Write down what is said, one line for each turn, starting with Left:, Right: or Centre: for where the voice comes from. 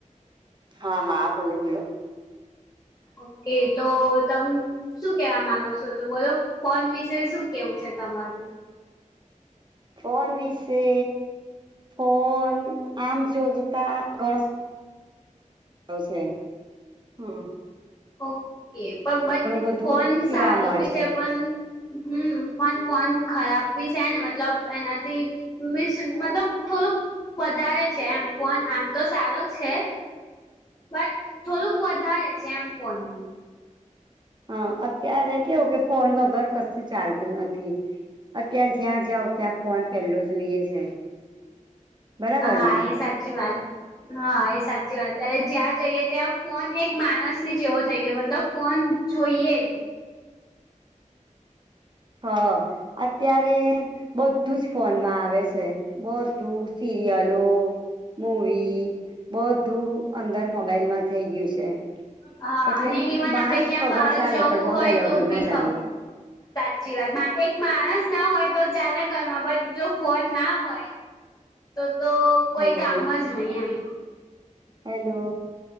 Right: હા હા બોલો બોલો.
Left: ઓકે તો તમ શું કેવા માંગો છો તો બોલો ફોન વિશે શું કેવું છે તમારું
Right: ફોન વિશે ફોન આમ જોતા ઘણું આવશે હુ.
Left: ઓકે પણ બટ
Right: બધું
Left: ફોન
Right: શીખવા
Left: સારો
Right: મળે
Left: બી છે પન. હમ્મ પન ફોન ખરાબ બી છે ને મતલબ એનાથી મિસ મતલબ થોલુક વધારે છે એમ ફોન આમ તો સારો જ છે. બટ થોલુક વધારે છે એમ ફોનનું
Right: હા અત્યારે કેવું કે ફોન વગર કશું ચાલતું નથી. અત્યારે જ્યાં જાવ ત્યાં ફોન પેલ્લો જોઈએ છે. બરાબર
Left: હા
Right: ને
Left: એ સાચી વાત. હા એ સાચી વાત ત્યારે જ્યાં જઈએ ત્યાં ફોન એક માણસ ની જેવો થઈ ગયો મતલબ ફોન જોઈએ જ.
Right: હ અત્યારે બધું જ ફોનમાં આવે છે. બધું સીરિયલો મૂવી બધું. અંદર મોબાઈલ માં થઇ ગયું છે.
Left: હા
Right: એટલે
Left: અને ઈવન
Right: માણસ
Left: આપડે ક્યાં
Right: વગર
Left: બહાર
Right: ચાલે
Left: જવું
Right: પણ મોબાઈલ
Left: હોય તો
Right: વગર
Left: ભી
Right: ના ચાલે
Left: ખબ. સાચી વાત ના એક માણસ ના હોય તો ચાલે ઘરમાં બટ જો ફોન ના હોય તો તો કોઈ
Right: હેલો
Left: કામ જ નહી એમ.
Right: Hello